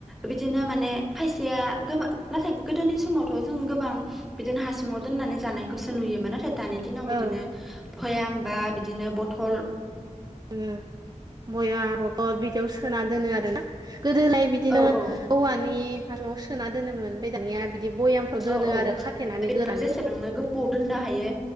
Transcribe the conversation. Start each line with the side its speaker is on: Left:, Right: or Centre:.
Centre: बिदिनो माने खायसेया गोबां नाथाय गोदोनि समावथ' जों गोबां बिदिनो हासुङाव दोननानै जानायखौसो नुयोमोन नाथाय दानि दिनाव
Right: ओं
Centre: बिदिनो जाया होमबा बिदिनो बथल
Right: जोङो बया बथद बिदियाव सोना दोनो आरो ना। गोदोलाय बिदिनो
Centre: औ औ
Right: औवानि हासुंआव सोना दोनोमोन ओमफ्राय दानिया बिदि बयामफोर दोनो
Centre: औ औ
Right: आरो खाथेनानै
Centre: बेखौ
Right: गोरानो।
Centre: जेसेबांनो गोबाव दोननो हायो